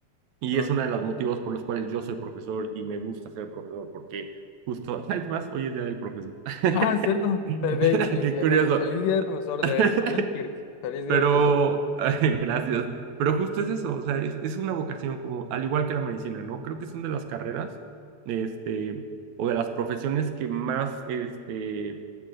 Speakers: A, on the right; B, on the left.
A: Y
B: Claro.
A: es uno de los motivos por los cuales yo soy profesor y me gusta ser profesor, porque justo, <laughs> es más, hoy es día del profesor.
B: Ah, es cierto.
A: <laughs>
B: Pero, güey, felicidad-
A: Qué curioso.
B: fel- feliz día del profesor, de
A: <laughs>
B: hecho, ¿eh, Kirk? Feliz día
A: Pero,
B: del profesor.
A: <laughs> gracias. Pero justo es eso, o sea, es, es, una vocación como, al igual que la medicina, ¿no? Creo que son de las carreras, este, o de las profesiones que más, este,